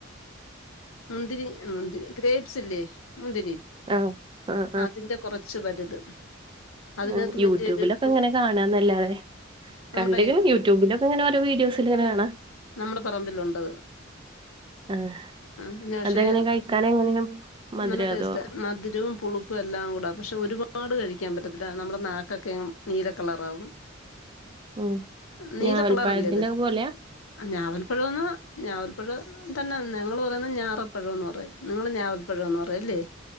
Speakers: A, on the left; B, on the right.
A: മുന്തിരി മുന്തിരി ഗ്രേപ്സ് ഇല്ലേ മുന്തിരി
B: ആഹ് ആഹ്
A: ആ അതിന്റെ കുറച്ച് വലുത് അതിനകത്ത്
B: അ യൂട്യൂബിലൊക്കെ
A: വലിയൊരു കു
B: ഇങ്ങനെ കാണാന്നല്ലാതെ
A: നമ്മുടെ
B: കണ്ട്ക്ണ്
A: ഈ
B: യൂട്യൂബിലൊക്കെ ഇങ്ങനെ ഒരോ വീഡിയോ അപ്പൊ ശരി ങ്ങനെ കാണാ
A: നമ്മുടെ പറമ്പില്ലുണ്ട്
B: ആഹ്
A: ആ പിന്നെ
B: അതെങ്ങനെ
A: ക്ഷേ
B: കഴിക്കാൻ എങ്ങനെയാ മധുരോ
A: നല്ല ടേസ്റ്റ
B: അതോ
A: മധുരവും പുളുപ്പും എല്ലാം കൂടെ പക്ഷെ ഒരുപ പാട് കഴിക്കാൻ പറ്റത്തില്ല നമ്മുടെ നാക്കക്കെ നീല കളറാവും
B: ഉം
A: നീല
B: ഞാവൽപ്പഴത്തിന്റെ
A: കളറല്ലേ ഇത്
B: ഒക്കെ പോലെയാ
A: ഞാവൽപ്പഴന്ന് ഞാവൽപ്പഴ തന്നെ നിങ്ങള് പറയുന്ന ഞാറപ്പഴംന്ന് പറയും നിങ്ങള് ഞാവൽപ്പഴ ഴന്നൂറ് ല്ലേ